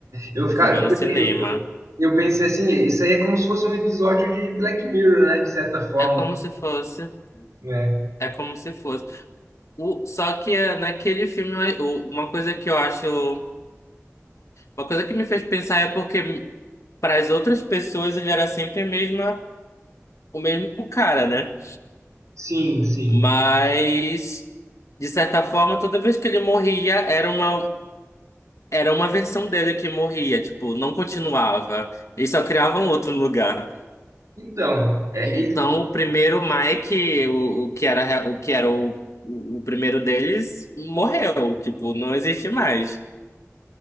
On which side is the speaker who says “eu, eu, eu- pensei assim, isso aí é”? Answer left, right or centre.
Right